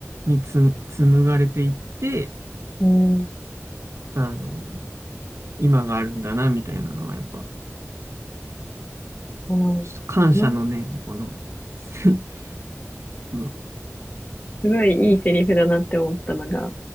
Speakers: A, on the right; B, on the left.
A: につ紡がれていって、
B: うーん。
A: あの、今があるんだな、みたいなのは、やっぱ、
B: あの、
A: ちょっと感謝の念を、
B: ま <laughs> す
A: この、<laughs> その、
B: ごいいいセリフだなって思ったのが、